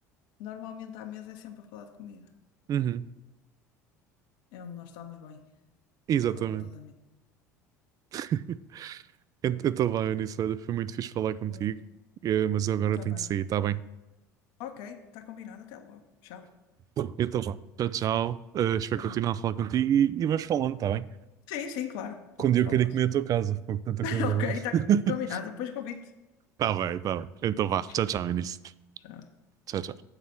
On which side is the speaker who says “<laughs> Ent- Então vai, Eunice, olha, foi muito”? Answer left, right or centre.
Right